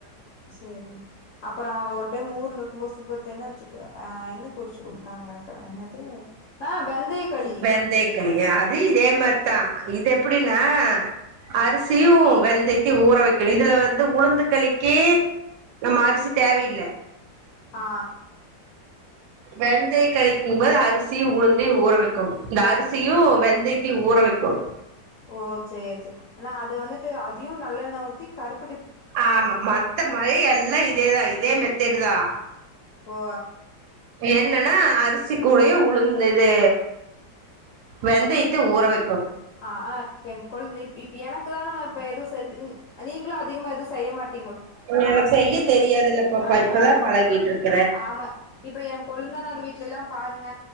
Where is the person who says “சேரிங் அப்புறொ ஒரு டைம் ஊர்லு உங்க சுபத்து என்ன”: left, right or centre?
Left